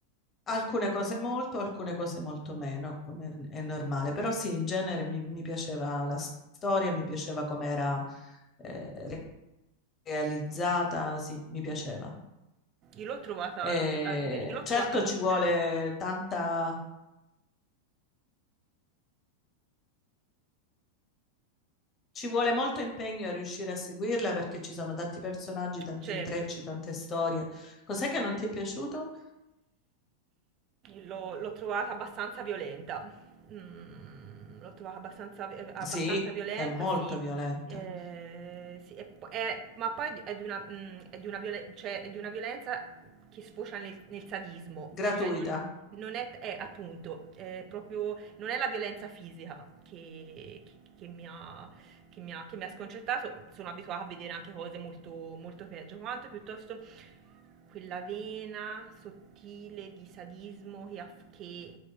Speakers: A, on the left; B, on the right.
A: alcune cose molto, alcune cose molto meno, come è normale, però sì, in genere mi, mi piaceva la storia, mi piaceva com'era eh, re- realizzata, sì, mi piaceva.
B: Io l'ho trovata,
A: E
B: l'ho tro- ah, beh, io l'ho
A: certo
B: trovata molto.
A: ci vuole
B: eh,
A: tanta, ci vuole molto impegno a riuscire a seguirla perché ci sono tanti personaggi, tanti
B: certo,
A: intrecci, tante storie. Cos'è che non ti è piaciuto?
B: l'ho, l'ho trovata abbastanza violenta. Mm, l'ho trovata abbastanza, vi- abbastanza
A: Sì,
B: violenta,
A: è molto
B: sì.
A: violenta.
B: Eh, sì, e po- è- ma poi è di una, mm, è di una violen- cioè, è di una violenza che sfocia nel, nel sadismo.
A: Gratuita.
B: Cioè, non, non è, è, appunto, è proprio, non è la violenza fisica che, che- che mi ha, che mi ha, che mi ha sconcertato. Sono abituata a vedere anche cose molto, molto peggio. Quanto piuttosto quella vena sottile di sadismo che, aff- che,